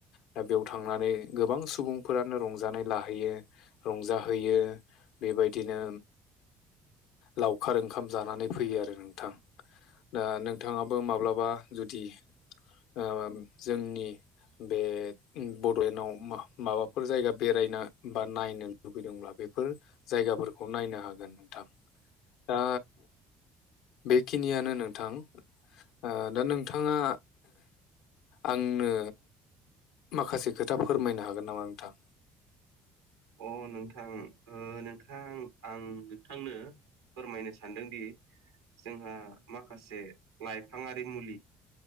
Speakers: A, on the left; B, on the right.
A: दा बेयाव थांनानै गोबां सुबुंफोरानो रंजानाय लाहैयो। रंजाहोयो बेबायदिनो। लावखार ओंखाम जानानै फैयो आरो नोंथां। दा नोंथाङाबो माब्लाबा जुदि ओम जोंनि बे बड'लेण्डआव मा-माबाफोर जायगा बेरायनो बा नायनो लुबैदोंब्ला बेफोर जायगाफोरखौ नायनो हागोन नोंथां दा बेखिनियानो नोंथां। ओ दा नोंथाङा आंनो माखासे खोथा फोरमायनो हागोन नामा नोंथां?
B: अ नोंथां ओ नोंथां आं नोंथांनो फोरमायनो सानदोंदि जोंहा माखासे लाइफाङारि मुलि